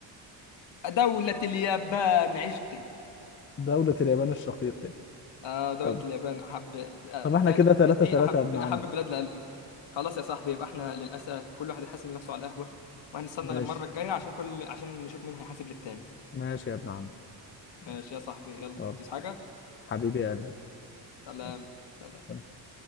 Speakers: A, on the left; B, on the left.
A: دولة اليابان عشقي
B: دولة اليابان الشقيقة
A: آه دولة
B: يلا
A: اليابان احب آه
B: طب احنا
A: تاني
B: كده تلاتة
A: دي, دي
B: تلاتة
A: احب
B: يا ابن
A: من
B: عم
A: احب البلاد لقلبي خلاص يا صاحبي يبقى احنا للاسف كل واحد يحاسب نفسه على القهوه وهنستنى
B: ماشي
A: للمره الجايه عشان كل عشان نشوف مين هيحاسب للتاني
B: ماشي يا ابن عم ماشي
A: ماشي يا صاحبي يلا
B: يلا
A: هتوس حاجه
B: حبيبي يا قلبي
A: سلام
B: يلا.
A: سلام
B: سلام